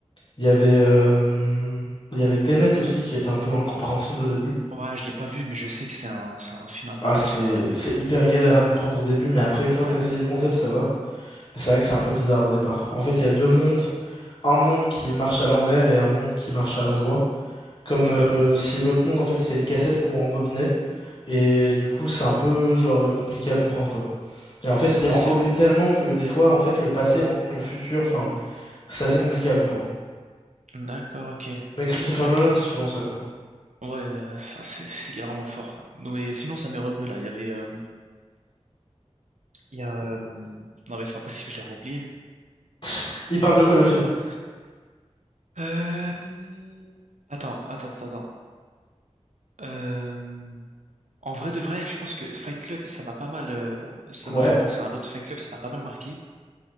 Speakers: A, on the left; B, on the right.
A: il y avait, euh, il y avait Tenet aussi qui était un peu incompréhensible au début.
B: Ouais, je l'ai pas vu, mais je sais que c'est un, c'est un film un
A: Ah,
B: peu comme
A: c'est,
B: ça, ouais.
A: c'est hyper galère à comprendre au début, mais après,
B: Ouais,
A: une fois que t'as saisi le concept, ça va. Mais c'est vrai que c'est un peu bizarre au départ. En fait, il y a deux mondes. Un monde qui marche à l'envers et un monde qui marche à l'endroit. Comme
B: d'accord.
A: euh, si l'autre monde, en fait, c'était une cassette qu'on rembobinait. Et du coup, c'est un peu, genre, euh, compliqué à comprendre, quoi. Et en fait,
B: Ah, c'est spécial.
A: il rembobine tellement que des fois, en fait, le passé rencontre le futur. Enfin, c'est assez compliqué à comprendre.
B: D'accord, ok.
A: Mais Christopher
B: Ok.
A: Nolan, c'est souvent ça, quoi.
B: Ouais, euh, enfin, c'est, c'est- il est vraiment fort. Non, mais sinon, ça m'est revenu là. Il y avait. euh, il y a. euh, non, mais c'est pas possible, je l'ai oublié.
A: <laughs> Il parle de quoi le
B: <laughs>
A: film?
B: Euh... Attends, attends, attends, attends. Euh, En vrai de vrai, je pense que Fight Club, ça m'a pas mal, euh, ça
A: Ouais.
B: m'a fait repenser à un autre Fight Club, ça m'a pas mal marqué.